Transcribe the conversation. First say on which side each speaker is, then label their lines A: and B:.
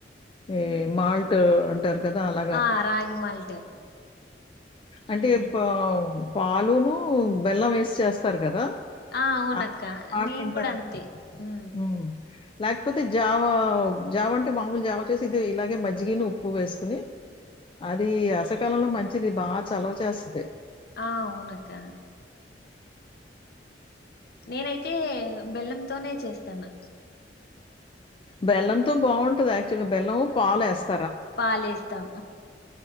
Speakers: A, on the left; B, on the left.
A: ఏ మాల్ట్ అంటారు. కదా అలాగా
B: ఆ రాగి మాల్ట్
A: అంటే
B: ఉమ్
A: పో పాలును బెల్లం వేసి చేస్తారు కదా
B: ఆ అవునక్క
A: అది మాల్ట్
B: నెన్
A: అంటారా?
B: కూడా అంతే హ
A: హ్మ్. లేకపోతే జావ జావ అంటే మామూలు జావ వచ్చేసి ఇది ఇలాగే మజ్జిగని ఉప్పు వేసుకుని అ అది అసకాలంలో మంచిది బాగా చలవ చేస్తంది
B: ఆ అవును అక్క నేనై తే బెల్లంతోనే చేస్తాను
A: బెల్లంతో బాగుంటది యాక్చువల్గా బెల్లం పాలేస్త
B: పాలేస్తాం